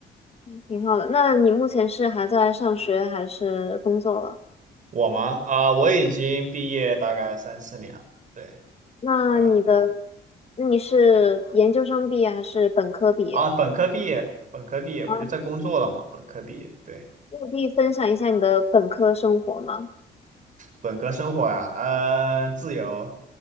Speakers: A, on the left; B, on the right.
A: 挺好的。那你目前是还在上学还是工作了？
B: 我吗？啊、我已经毕业大概三四年了，对，
A: 那你的，
B: 我
A: 那你是研究生毕业还是本科毕业？
B: 啊，本科毕业，本科毕业，我就在工作了嘛，
A: 啊
B: 本科毕业，对，
A: 那你可以分享一下你的本科生活吗？
B: 本科生活啊，呃，自由，